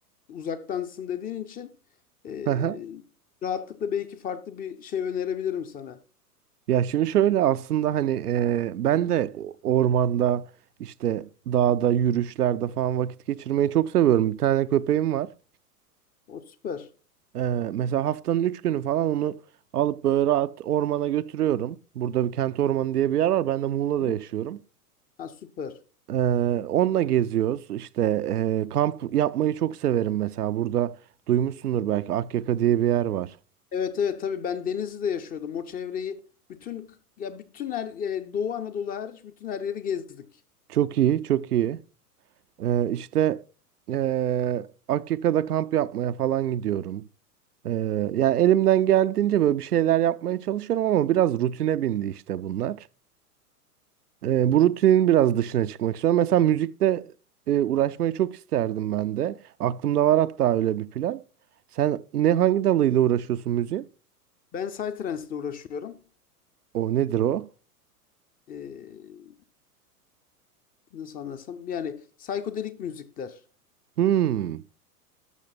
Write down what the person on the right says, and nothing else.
<laughs>
Ya şimdi şöyle aslında hani e, ben de ormanda işte dağda yürüyüşlerde falan vakit geçirmeyi çok seviyorum. Bir tane köpeğim var.
E, mesela haftanın 3 günü falan onu alıp böyle rahat ormana götürüyorum. Burada bir kent ormanı diye bir yer var. Ben de Muğla'da
yaşıyorum.
E, onunla geziyoruz. İşte e, kamp yapmayı çok severim mesela. Burada duymuşsundur belki Akyaka diye bir yer var.
Çok iyi, çok iyi. Ee, işte ee, Akyaka'da kamp yapmaya falan gidiyorum. Ee, yani elimden geldiğince böyle bir şeyler yapmaya çalışıyorum ama biraz rutine bindi işte bunlar. Ee, bu rutinin biraz dışına çıkmak istiyorum. Mesela müzikle e, uğraşmayı çok isterdim ben de. Aklımda var hatta öyle bir plan. Sen ne hangi dalıyla uğraşıyorsun müziğin?
O nedir o?
Hmm,